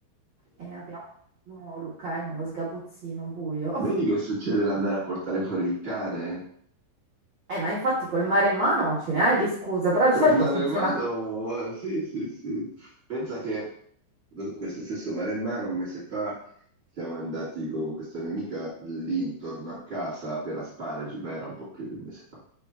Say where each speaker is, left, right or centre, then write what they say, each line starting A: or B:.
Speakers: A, on the right (about 70°); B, on the right (about 25°).
A: E abbiamo oh, Luca in uno sgabuzzino buio.
B: Vedi che succede l'andare a portare fuori il cane?
A: Eh, ma infatti col mare in mano ce ne hai di scusa, però
B: Col
A: di solito
B: maremmano?
A: funziona
B: Sì, sì, sì. Pensa che lo- questo stesso maremmano un mese fa siamo andati con questa mia amica lì intorno a casa per asparagi, ma era un po' più di un mese fa.